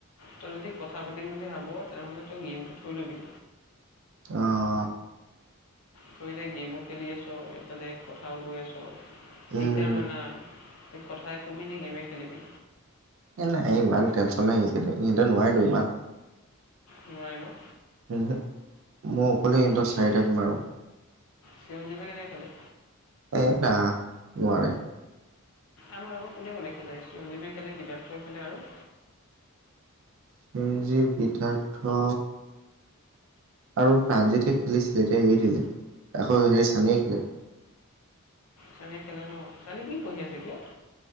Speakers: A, on the left; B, on the right.
A: তই যদি কথা পাতিম বুলি ভাব তেনেহ'লে তই গেমটো থৈ ল'বি।
B: অঁহ
A: তই এতিয়া গেমো খেলি আছোঁ ইফালে কথাও কৈ আছ। দিগদাৰ
B: উম
A: হয় না তই কথাই ক'বি নে গেমে খেলিবি।
B: এই নাই ইমান টেনচন নাই ইহঁতে নোৱাৰেটো ইমান।
A: নোৱাৰে ন?
B: উমহু, মই অকলে ইহঁতক
A: চি-
B: চাৰিটাক মাৰোঁ।
A: চিৰঞ্জীৱে কেনেকে খেলে?
B: এ না নোৱাৰে।
A: আমাৰ লগৰ কোনে কোনে খেলে চিৰঞ্জীৱে খেলে সিদ্ধাৰ্থই খেলে আৰু?
B: চিৰঞ্জীৱ, সিদ্ধাৰ্থ আৰু প্ৰাণজিৎ খেলিছিলে দেই এতিয়া এৰি দিলে, আকৌ হেৰি চানীয়ে খেলে।
A: চানীয়ে খেলে ন, চানী কি পঢ়ি আছে এতিয়া?